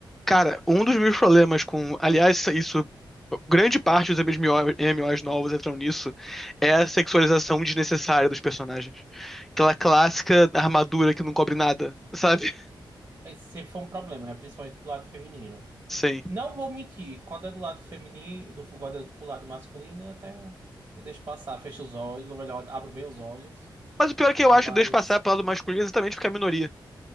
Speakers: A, in the centre; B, on the right.
A: Cara, um dos meus problemas com. Aliás, isso. Grande parte dos MMO MMOs novos entram nisso. É a sexualização desnecessária dos personagens. Aquela clássica armadura que não cobre nada, sabe?
B: Esse sempre foi um problema, né? Principalmente do lado feminino.
A: <laughs> Sim.
B: Não vou mentir, quando é do lado feminino, do, quando é do lado masculino, até eu deixo passar, fecho os olhos, ou melhor, abro bem os olhos.
A: Mas o pior é que eu
B: Mas
A: acho que deixa passar pro lado masculino exatamente porque é a minoria,